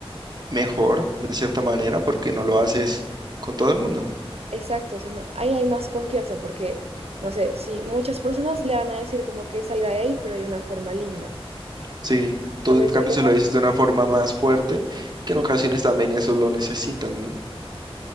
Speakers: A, on the right; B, on the right.
A: mejor, de cierta manera, porque no lo haces con todo el mundo.
B: Exacto, sino ahí hay más confianza porque, no sé, si muchas personas le van a decir como que salga de ahí, pero de una forma linda.
A: Sí, tú
B: También
A: en cambio
B: yo le
A: se
B: digo,
A: lo dices de una forma más fuerte, que
B: sí,
A: en ocasiones también eso lo necesitan, ¿no?